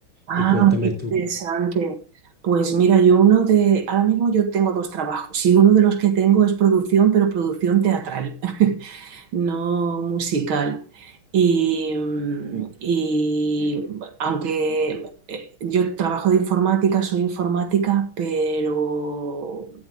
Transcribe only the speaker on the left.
Y cuéntame
tú,